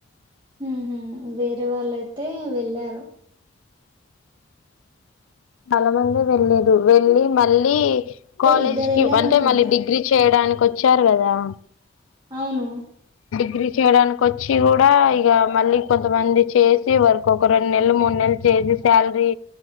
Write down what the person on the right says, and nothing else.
మ్ హు వేరే వాళ్ళయితే వెళ్ళారు
ఇద్దరు
వెళ్ళారనుకుంటా
అవును